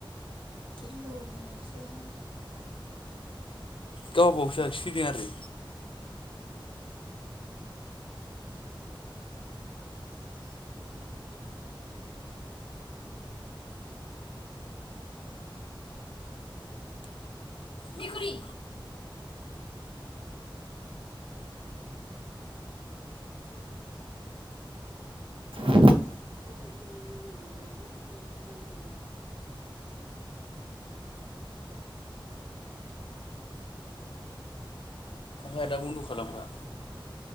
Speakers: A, on the right; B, on the left.
A: गिलु बालुसोहाय।
B: गावहा बावसो आखिफैदों आरो। मिकुलि
A: <inaudible>
B: या दा बन्द' खालामखा।